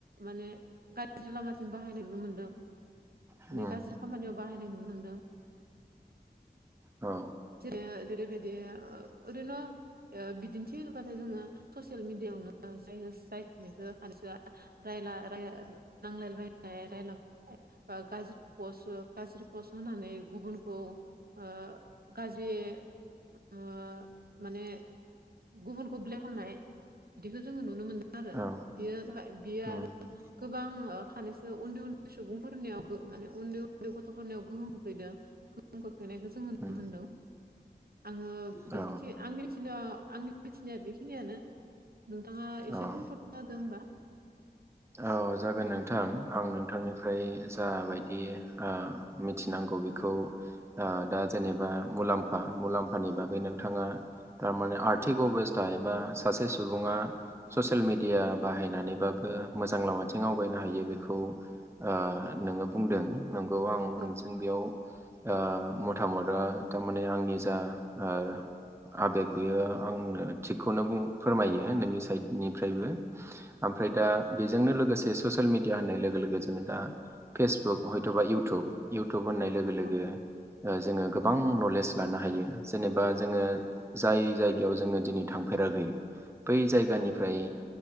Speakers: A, on the right (about 65°); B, on the right (about 15°).
A: माने गाज्रि लामाथिं बाहायनाय नुनो मोन्दों माने
B: उम
A: गाज्रि खामानियाव बाहायनाय नुनो मोन्दों
B: औ
A: जे जेरैबायदि ओरैनो बिदिन्थि होनोबाथाय जोङो ससियेल मिडियाआवनो जाय जायो खानैसोआ रायला रायला नांलाय बायनाय रायला बा गाज्रि पस् गाज्रि पस्ट होनानै गुबुनखौ ओ गाज्रि ओ माने गुबुनखौ ब्लेक होननाय बिदिखौ जोङो नुनो मोनो आरो
B: औ
A: बेयो जाबाय बियो
B: उम
A: आरो गोबां खानैसो उन्दै उन्दै सुबुंफोरनियाव माने उन्दै उन्दै गथ'फोरनियाव गोहोम खोख्लैदों गोहोम खोख्लैनायखो जो जों नुनो
B: उम
A: मोनदों आङो
B: औ
A: बेखिनि आं मिथिनो आंनि मिथिनाया बेखिनियानो नोंथाङा
B: औ
A: एसे बुंफोरना होदो होमबा
B: औ जागोन नोंथां आं नोंथांनिफ्राय जाबायदि ओ मिथिनांगौ बेखौ ओ दा जेनेबा मुलाम्फा मुलाम्फानि बागै नोंथाङा थारमाने आर्थिक अबस्था एबा सासे सुबुङा ससियेल मिडिया बाहायनानैबाबो मोजां लामाथिं आवगायनो हायो बेखौ ओ नोङो बुंदों नंगौ आं
A: औ
B: नोंजों बेयाव ओ मथामत थारमाने आंनि जा ओ आबेग बेयो आंनो थिगखौनो फोरमायो नोंनि साइडनिफ्रायबो ओमफ्राय दा
A: औ
B: बेजोंनो लोगोसे ससियेल मेडिया होननाय लोगो लोगो जोङो दा फेसबुक हयथ'बा इउटुब इउटुब होननाय लोगो लोगो
A: औ
B: जोङो गोबां नलेज लानो हायो जेनेबा जोङो जाय जायगायाव जोङो दिनै थांफेराखै बै जायगानिफ्राय
A: औ